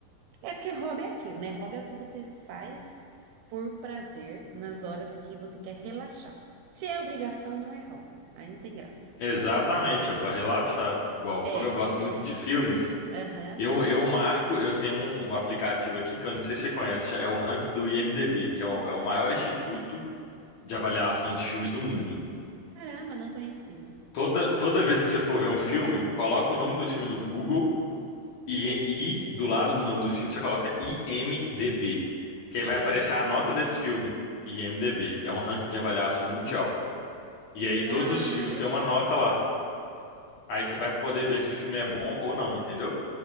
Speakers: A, on the right (about 85°); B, on the left (about 60°).
A: É porque hobby é aquilo, né? Hobby é o que você faz por prazer nas horas que você quer relaxar. Se é obrigação, não é hobby. Aí não tem graça.
B: Exatamente, é para relaxar. Igual,
A: É,
B: como eu
A: pra
B: gosto
A: vocês.
B: muito de filmes,
A: Aham.
B: eu, eu marco, eu tenho um, um aplicativo aqui que eu não sei se você conhece, é o Rank do IMDb, que é o, é o maior instituto de avaliação de filmes do mundo.
A: Caramba, não conhecia.
B: Toda, toda vez que você for ver um filme, coloca o nome do filme no Google e, e do lado do nome do filme você coloca IMDb, que
A: IMDB.
B: aí vai aparecer a nota desse filme, IMDb. É um ranking de avaliação mundial. E aí todos
A: Ah,
B: os filmes
A: legal.
B: têm uma nota lá. Aí você vai poder ver se o filme é bom ou não, entendeu?